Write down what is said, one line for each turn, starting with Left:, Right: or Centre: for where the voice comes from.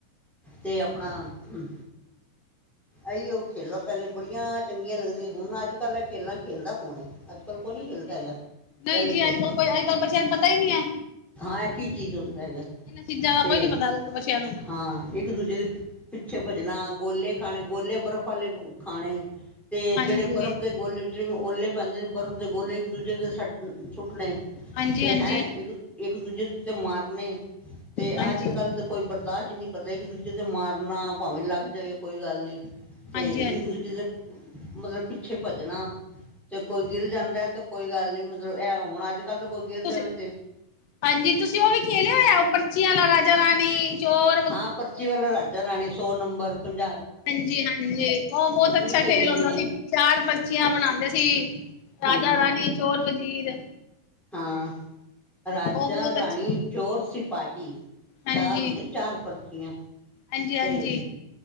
Centre: ਤੇ ਆਪਣਾ ਹ ਅਈ ਉਹ ਖੇਲਾਂ ਪਹਿਲੇ ਬੜੀਆਂ ਚੰਗੀਆਂ ਲੱਗਦੀਆਂ ਹੁਣ ਅੱਜ ਕੱਲ੍ਹ ਇਹ ਖੇਲਾਂ ਖੇਲਦਾ ਕਣ ਅੱਜ ਕੱਲ ਕੋਈ
Left: ਹਾਂਜੀ
Centre: ਨੀ ਖੇਲਦਾ
Left: ਹਾਂਜੀ
Centre: ਹੈਗਾ
Left: ਨਹੀਂ
Centre: ਪਹਿਲੇ
Left: ਜੀ
Centre: ਖੇਲਦੇ
Left: ਅੱਜ ਕੱਲ ਕੋਈ
Centre: ਸੀ
Left: ਅੱਜ ਕੱਲ ਬੱਚਿਆਂ ਨੂੰ ਪਤਾ ਹੀ ਨਹੀਂ ਹੈ
Centre: ਹਾਂ ਐਹ ਆ ਕਿ ਹੈਗਾ
Left: ਇਹਨਾਂ ਚੀਜ਼ਾਂ ਦਾ
Centre: ਤੇ
Left: ਕੋਈ ਨੀ ਪਤਾ ਅੱਜ ਕੱਲ ਬੱਚਿਆਂ ਨੂੰ
Centre: ਹਾਂ ਇੱਕ ਦੂਜੇ ਦੇ ਪਿੱਛੇ ਭੱਜਣਾ ਗੋਲੇ ਖਾਣੇ ਗੋਲੇ ਬਰਫ਼ ਵਾਲੇ ਖਾਣੇ ਤੇ
Left: ਹਾਂਜੀ
Centre: ਜਿਹੜੇ ਬਰਫ਼ ਦੇ ਗੋਲੇ ਜਿ ਓਲੇ ਪੈਂਦੇ ਨੇ ਬਰਫ਼ ਦੇ ਗੋਲੇ ਇੱਕ ਦੂਜੇ ਦੇ ਸੱਟ ਸੁੱਟਣੇ
Left: ਹਾਂਜੀ
Centre: ਤੇ
Left: ਹਾਂਜੀ
Centre: ਹੈਂ ਇੱਕ ਇੱਕ ਦੂਜੇ ਦੇ ਤੇ ਮਾਰਨੇ ਤੇ
Left: ਹਾਂਜੀ
Centre: ਅੱਜ ਤ ਕੱਲ ਤੇ ਕੋਈ ਬਰਦਾਸ਼ਤ ਨੀ ਕਰਦਾ ਇੱਕ ਦੂਜੇ ਤੇ ਮਾਰਨਾ ਭਾਵੇਂ ਲੱਗ ਜਾਵੇ ਕੋਈ ਗੱਲ ਨੀ ਤੇ
Left: ਹਾਂਜੀ ਹਾਂਜੀ ਹਾਂਜੀ
Centre: ਇੱਕ ਦੂਜੇ ਦੇ ਮਤਲਬ ਪਿੱਛੇ ਭੱਜਣਾ ਤੇ ਕੋਈ ਗਿਰ ਜਾਂਦਾ ਤੇ ਕੋਈ ਗੱਲ ਨਹੀਂੀ ਮਤਲਬ ਇਹ ਹੁਣ ਅੱਜ ਕੱਲ੍ਹ ਤਾਂ ਕੋਈ ਗਿਰ
Left: ਤੁਸੀਂ
Centre: ਜਾਵੇ ਸੀ
Left: ਹਾਂਜੀ ਤੁਸੀਂ ਉਹ ਵੀ ਖੇਲਿਆ ਹੋਆ ਉਹ ਪਰਚੀਆਂਾ ਰਾਜਾ ਰਾਣੀ ਚੋਰ
Centre: ਹਾਂ ਪਰਚੀ ਵਾਲਾ ਰਾਜਾ ਰਾਣੀ ਸੌ ਨੰਬਰ ਪੰਜ
Left: ਹਾਂਜੀ ਹਾਂਜੀ ਉਹ ਬਹੁਤ ਅੱਛਾ
Centre: ਖੇਲੇ
Left: ਖੇਲ ਹੁੰਦਾ
Centre: ਨੇ
Left: ਸੀ ਚਾਰ ਪਰਚੀਆਂ ਬਣਾਉਂਦੇ ਸੀ ਰਾਜਾ
Centre: ਹਾਂਜੀ
Left: ਰਾਣੀ ਚੋਰ ਵਜ਼ੀਰ
Centre: ਹਾਂ ਰਾਜਾ
Left: ਉਹ ਬਹੁਤ
Centre: ਰਾਣੀ
Left: ਅੱਛਾ
Centre: ਚੋਰ ਸਿਪਾਹੀ
Left: ਹਾਂਜੀ
Centre: ਚਾਰ ਹੁੰਦੇ ਚਾਰ ਪਰਚੀਆਂ
Left: ਹਾਂਜੀ ਹਾਂਜੀ
Centre: ਤੇ